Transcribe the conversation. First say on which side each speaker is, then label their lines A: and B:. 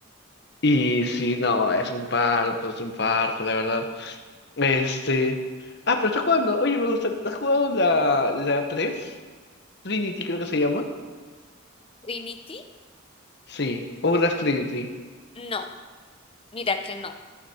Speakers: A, on the left (about 50°); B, on the left (about 25°).
A: Y sí, no, es un parto, es un parto, la verdad. Este. Ah, pero estás jugando. Oye, me gusta. ¿Has jugado la, la tres Trinity creo que se llama.
B: Trinity,
A: Sí, o las Trinity.
B: no, mira que no.